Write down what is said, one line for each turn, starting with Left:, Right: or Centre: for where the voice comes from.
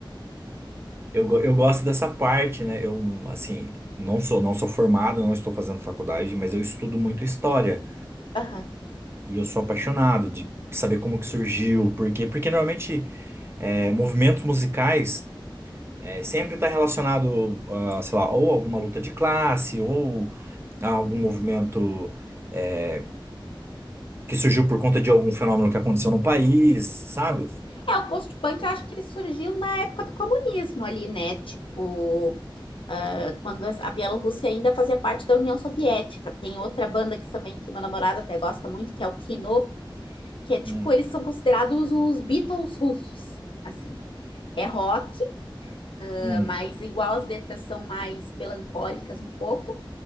Right: Eu, go- eu gosto dessa parte, né? Eu, assim, não sou, não sou formado, não estou fazendo faculdade, mas eu estudo muito história.
Left: Aham.
Right: E eu sou apaixonado de saber como que surgiu, por quê? Porque normalmente é, movimentos musicais É, sempre está relacionado, a, sei lá, ou alguma luta de classe, ou a algum movimento é, que surgiu por conta de algum fenômeno que aconteceu no país, sabe?
Left: É, o post-punk, eu acho que ele surgiu na época do comunismo ali, né? Tipo, ah, quando a Bielorrússia ainda fazia parte da União Soviética. Tem outra banda que também, que meu namorado até gosta muito, que é o Kino, que é tipo,
Right: Hum,
Left: eles são considerados os Beatles russos, assim. É rock, ah,
Right: hum.
Left: mas igual as letras são mais melancólicas um pouco,